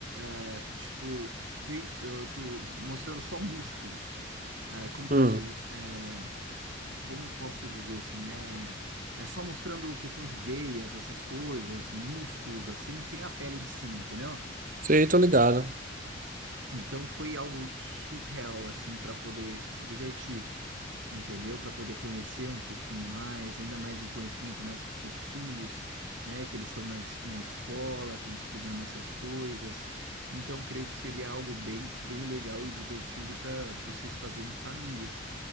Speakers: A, on the right; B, on the right.
A: eh, tipo, feito, eh, tu- mostrando só músculos. Eh, como posso
B: hum,
A: dizer? eh, como posso dizer assim, é, é só mostrando questão de veias, essas coisas, músculos assim, sem a pele de cima, entendeu?
B: sei, tô ligado.
A: E, então foi algo surreal assim para poder se divertir, entendeu? Para poder conhecer um pouquinho mais, ainda mais um conhecimento a mais para seus filhos, né? Que eles estão nas- na escola, estão estudando essas coisas. Então creio que seria algo bem, bem legal e divertido para vocês fazerem em família,